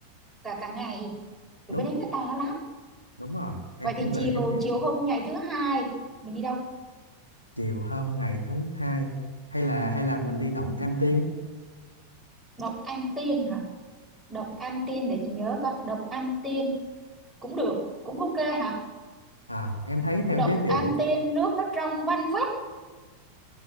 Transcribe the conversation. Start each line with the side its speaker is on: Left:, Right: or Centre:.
Centre: cả cả ngày tụi
Left: đúng
Centre: bé đánh nó to lắm
Left: đúng rồi em
Centre: vậy
Left: cũng
Centre: thì chiều
Left: nghĩ giống như
Centre: chiều hôm ngày thứ hai mình đi đâu
Left: chiều hôm ngày thứ hai hay là hay là mình đi động Am Tiên
Centre: động Am Tiên hả động Am Tiên để chị nhớ coi động Am Tiên cũng được cũng ok hả
Left: à, em thấy theo
Centre: động
Left: giới thiệu
Centre: Am Tiên nước nó trong vanh vách